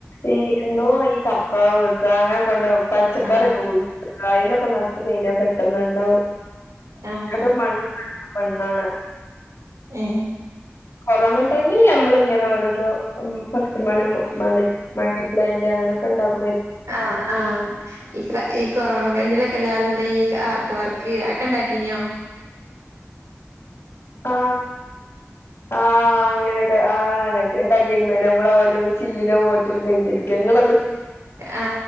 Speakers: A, on the left (about 60°); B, on the right (about 85°).
A: ഈ എന്തോ ആയി കർത്താവു വെളുത്തതാങ്ങേ കണ്ട പച്ചക്കറിയൊക്കെ
B: ആഹ്
A: കോയി കായലൊക്കെ നട്ടു കയിഞ്ഞാ പെട്ട് ട്ടെന്നുണ്ടാവും
B: ആഹ്
A: അതെ മണ്ണ് മണ്ണാണ്
B: ഏ
A: കോറോണാ ടൈമില്ലാം നമ്മളിങ്ങനോരോരോ മന മള <unintelligible> പ്ലെന്റെ അങ്ങനൊക്കെ ഇണ്ടാകും
B: ആ ആ ഇക്ര ഈ കൊറോണ ഭയങ്കരെ എല്ലാവരും നല്ല ഈ ആർട്ട് വർക്ക് ചെയ്യാ ക്കെണ്ടൊണ്ടാക്കിനോ
A: ആ ആ ഇങ്ങനൊക്കെ ആ ഉണ്ടാക്കി ഉണ്ടാക്കിരുന്ന നമ്മളാ ഓരോ ചില്ലിലോ ബോട്ടിലോ പൈന്റടിക്ക ഇങ്ങളൊക്കെ
B: ആ